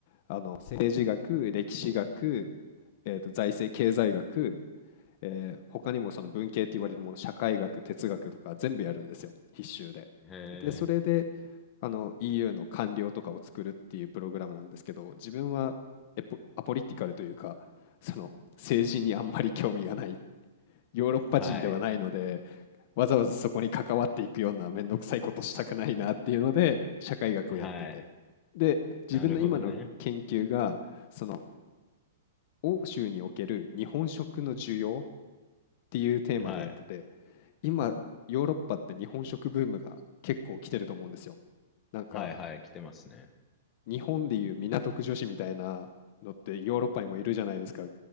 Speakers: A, on the left; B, on the left.
A: あの政治学歴史学、えーと財政経済学えー他にもその文系って言われるもの、社会学、哲学とか全部やるんですよ、必修で。
B: へ
A: で、それで、
B: え、
A: あの EU の官僚とかを作るっていうプログラムなんですけど、自分はエポアポリティカルというか、その政治にあんまり興味がない、ヨーロッパ人ではないので、
B: はい。
A: わざわざそこに関わっていくようなめんどくさいことしたくないなっていうので、社会学をやってて。
B: はい。
A: で、
B: なるほどね。
A: 自分の今の研究が、その欧州における日本食の需要っていうテーマでやってて、
B: はい。
A: 今、ヨーロッパって日本食ブームが結構来てると思うんですよ。なんか、
B: はい、はい、来てますね。
A: 日本でいう港区女子みたいなのってヨーロッパにもいるじゃないですか。